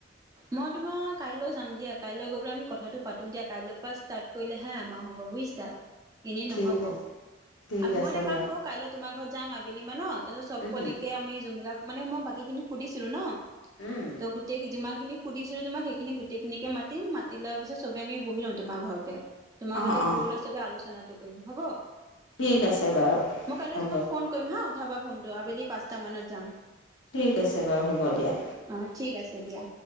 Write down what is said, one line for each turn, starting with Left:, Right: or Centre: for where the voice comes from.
Right: মই তোমাৰ কাইলৈ যাম দিয়া, কাইলৈ গৈ পেলাই আমি কথাটো পাতো দিয়া কাইলৈ পৰা ষ্টাট কৰিলে হে আমাৰ হ'ব বুজিছা, এনেই
Left: ঠিক
Right: নহ'ব।
Left: আছে ঠিক
Right: আ মই
Left: আছে
Right: এটা
Left: বাৰু
Right: কাম কৰো, কাইলৈ তোমাৰ ঘৰত যাম আবেলি মানত, তাৰপিছত চব
Left: উম,
Right: কলিকে আমি যোনবিলাক মানে মই বাকী খিনি সুধিছিলো ন'
Left: উম।
Right: ত গোটেই যিমান খিনি সুধিছিলো তোমাক সেইখিনি গোটেইখিনিকে মাতিম, মাতি লোৱাৰ পিছত চব আমি বহি ল'ম তোমাৰ ঘৰতে। তোমা
Left: অঁ
Right: ঘতে
Left: অঁ
Right: বহিলৈ চবে আলোচনাটো কৰিম, হব?
Left: ঠিক আছে বাৰু
Right: মই কাইলৈ
Left: হ'ব
Right: তোমাক ফোন কইম হা, উঠাবা ফোনটো। আবেলি পাঁচটা মানত যাম।
Left: ঠিক আছে বাৰু হ'ব দিয়া।
Right: অঁ, ঠিক আছে দিয়া।